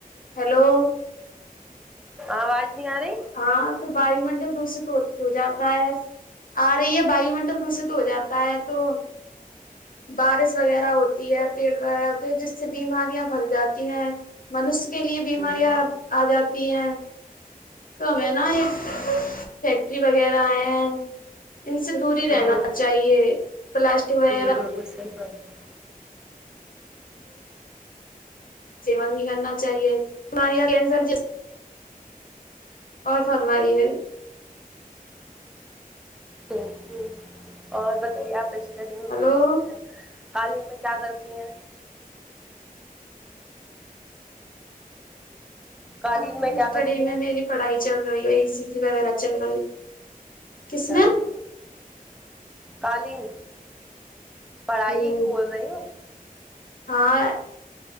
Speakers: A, on the left; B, in the centre.
A: ہیلو
B: آواز نہیں آ رہی
A: ہاں تو وایو منڈل دوسرے تو ہو جاتا ہے آ رہی ہے وایو منڈل دوسرے تو ہو جاتا تا ہے تو بارش وغیرہ ہوتی ہے پیڑ وغیرہ ہوتے جس سے بیماریاں پھیل جاتی ہیں منش کے لیے بیماریاں
B: جی
A: آ جاتی ہیں تو ہمیں نا ایک فیکٹری وغیرہ آئے ہیں ان سے دور ہی
B: ہاں
A: رہنا چاہیے پلاسٹک وغیرہ
B: جی <unintelligible>
A: سیون نہیں کرنا چاہیے بیماریاں کینسر جسی اور فرمائیے
B: ہ ہ اور بتائیے آپ اسٹڈی اس
A: ہلو
B: میں قالین میں کیا کرتی ہیں قالین
A: ہاں
B: میں کیا
A: اسٹڈی
B: کرتی
A: میں
B: ہیں
A: میری پڑھائی چل رہی اسی سی وغیرہ چل رہی کس
B: اچھا
A: میں
B: کالین پڑھائی
A: ہوں
B: ہی بول رہی ہو
A: ہاں